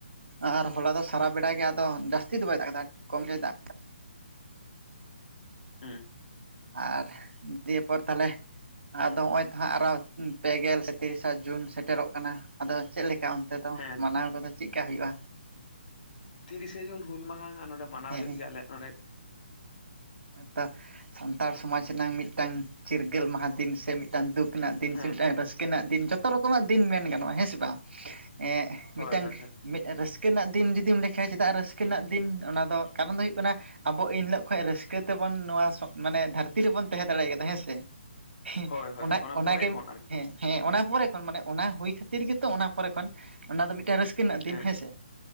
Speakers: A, on the right (about 85°); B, on the left (about 45°).
A: ᱟᱨ ᱦᱚᱞᱟ ᱫᱚ ᱥᱟᱨᱟ ᱵᱮᱲ ᱜᱮ ᱟᱫᱚ ᱡᱟᱹᱥᱛᱤ ᱫᱚ ᱵᱟᱭ ᱫᱟᱜᱽ ᱠᱮᱫᱟ ᱠᱚᱢ ᱜᱮ ᱫᱟ
B: ᱦᱩᱸ
A: ᱟᱨ ᱫᱤᱭᱮ ᱯᱚᱨ ᱛᱟᱦᱞᱮ ᱟᱫᱚ ᱱᱚᱜᱼᱚᱭ ᱛᱚ ᱦᱟᱸᱜ ᱟᱨᱚ ᱯᱮᱜᱮᱞ ᱥᱮ ᱛᱤᱨᱤᱥᱟ ᱡᱩᱱ ᱥᱮᱴᱮᱨᱚᱜ ᱠᱟᱱᱟ ᱟᱫᱚ ᱪᱮᱫᱠᱟ ᱚᱱ ᱛᱮᱹ ᱫᱚ
B: ᱦᱮᱸ
A: ᱢᱟᱱᱟᱣ ᱠᱚᱫᱚ ᱪᱮᱫᱠᱟ ᱦᱩᱭᱩᱜᱼᱟ?
B: ᱛᱤᱨᱤᱥᱮ ᱡᱩᱱ ᱦᱩᱞ ᱢᱟᱦᱟ ᱱᱚᱰᱮ ᱢᱟᱱᱟᱣ
A: ᱦᱮᱸ
B: ᱦᱩᱭᱩᱜ ᱜᱮᱭᱟ ᱟᱞᱮᱭᱟᱜ ᱱᱚᱸᱰᱮ
A: ᱱᱛᱚ ᱥᱟᱱᱛᱟᱲ ᱥᱚᱢᱟᱡᱽᱱᱟᱝ ᱢᱤᱫᱴᱟᱝ ᱪᱤᱨᱜᱟᱹᱞ ᱢᱟᱦᱟ ᱫᱤᱱ ᱥᱮ ᱢᱤᱫᱴᱟᱝ ᱫᱩᱠᱷ ᱩᱱᱠᱤᱱᱟᱜ ᱫᱤᱱ
B: ᱦᱮᱸ
A: ᱥᱮ ᱢᱤᱫᱴᱟᱝ ᱨᱟᱹᱥᱠᱟᱹ ᱨᱮᱱᱟᱜ ᱫᱤᱱ ᱡᱚᱛᱚ ᱨᱚᱠᱚᱢᱟᱜ ᱫᱤᱱ ᱢᱮᱱ ᱜᱟᱱᱚᱜᱼᱟ ᱦᱮᱸ ᱥᱮ ᱵᱟᱝ ᱮᱸᱜ
B: ᱦᱳᱭ
A: ᱢᱤᱫᱴᱟᱝ
B: ᱦᱳᱭ
A: ᱨᱟᱹᱥᱠᱟᱹ ᱨᱮᱱᱟᱜ ᱫᱤᱱ ᱡᱩᱫᱤᱢ ᱞᱮᱠᱷᱟᱭ ᱪᱮᱫᱟᱜ ᱨᱟᱹᱥᱠᱟᱹ ᱨᱮᱱᱟᱜ ᱫᱤᱱ ᱚᱱᱟ ᱫᱚ ᱠᱟᱨᱚᱱ ᱫᱚ ᱦᱩᱭᱩᱜ ᱠᱟᱱᱟ ᱟᱵᱚ ᱮᱱᱦᱤᱞᱳᱜ ᱠᱷᱚᱱ ᱨᱟᱹᱥᱠᱟᱹ ᱛᱮᱵᱚᱱ ᱱᱚᱣᱟ ᱢᱟᱱᱮ ᱫᱷᱟᱹᱨᱛᱤ ᱨᱮᱵᱚᱱ ᱛᱟᱦᱮᱸ ᱫᱟᱲᱮ ᱠᱟᱫᱟ ᱦᱮᱸ ᱥᱮ ᱦᱮᱸ
B: ᱦᱳᱭ ᱦᱳᱭ
A: ᱚᱱᱟ
B: ᱦᱳᱭ
A: ᱚᱱᱟᱜᱮ
B: ᱯᱚᱨᱮ ᱠᱷᱚᱱ ᱟᱨᱠᱤ
A: ᱦᱮᱸ ᱦᱮᱸ ᱚᱱᱟ ᱯᱚᱨᱮ ᱠᱷᱚᱱ ᱢᱟᱱᱮ ᱚᱱᱟ ᱦᱩᱭ ᱠᱷᱟᱹᱛᱤᱨ ᱜᱮᱛᱚ ᱚᱱᱟ ᱯᱚᱨᱮ ᱠᱷᱚᱱ ᱚᱱᱟ ᱫᱚ ᱢᱤᱫᱴᱟᱝ ᱨᱟᱹᱥᱠᱟᱹ <unintelligible> ᱨᱮᱱᱟᱜ ᱫᱤᱱ
B: ᱦᱮᱸ
A: ᱦᱮᱸᱥᱮ